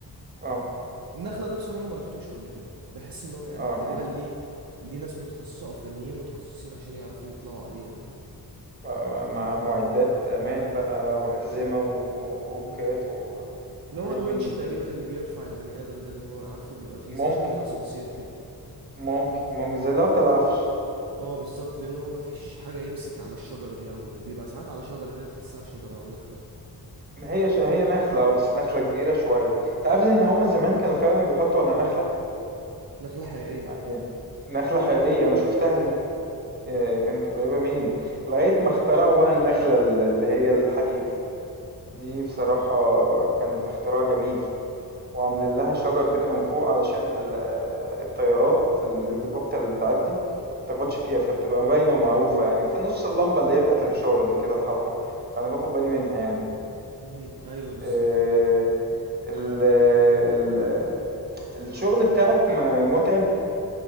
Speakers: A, on the right (about 25°); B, on the right (about 60°).
A: اه
B: النخلة ده بصراحة ما رحتوش قبل كده بحس إن هو يعني
A: اه
B: تقريبا
A: اه
B: ليه ليه ناس متخصصة أو فنيين متخصصين عشان يعرفوا يطلعوا عليه أو كده
A: آه، مع معدات امان بقى وحزمة و- و- وهوكات
B: مم.
A: و-
B: اللي
A: وحاجات
B: هو الونش
A: من دي
B: تقريبا
A: كده
B: اللي بيرفع البني آدم ده اللي هو عارفه بيبقى فيه
A: ممكن
B: زي شبه الأسانسير كده
A: ممكن ممكن زي اللي هو بتاع العفش
B: اه بالظبط لأن هو مفيش حاجة يمسك على الشجرة دي أو ال- بيبقى ساعات على شجرة كده تحسها شجرة أو نخلة
A: ما هي ش... هي نخلة اه بس نخلة كبيرة شوية انت عارف ان هما زمان كانوا فعلا بيحطوا على نخلة
B: نخلة حقيقية
A: آه، يعني نخلة حقيقية انا شفتها دي
B: مم.
A: آه، كانت قريبة مني لغاية ما اخترعوا بقى النخلة ال- اللي هي الحديد دي دي بصراحة
B: مم.
A: كانت اختراع جميل وعاملين لها شجر كده من فوق علشان ال- آه، الطيارات الهليكوبتر اللي بتعدي ما تخبطش فيها فبتبقى باينة ومعروفة يعني وفي النص اللمبة اللي هي بتاعت الإشارة دي كده الحمراء فأنا باخد بالي منها يعني
B: مم. ايوه بالظبط
A: آه، ال ال الشغل بتاعك م- متعب